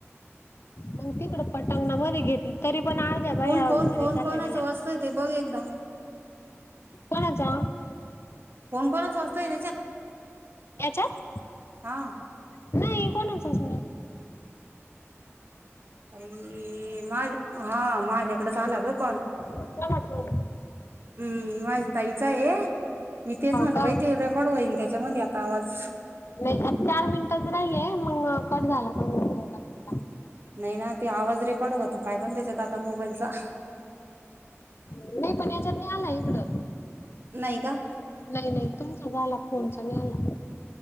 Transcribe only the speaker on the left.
पग तिकडं पटंगणा मध्ये घेतली तरी पण द्या
बाया
बर
तल
गेला
कोणाचा
याच्यात
नाही कोणच अस
कोणाच नाही
हो
का
नाही आ चार मिनिटच राहिलेय मग कड झाला मग तला
नाही पण याच्या नाही आला इकडं
नाही नाही तुमचा झाला फोनचा नाही आला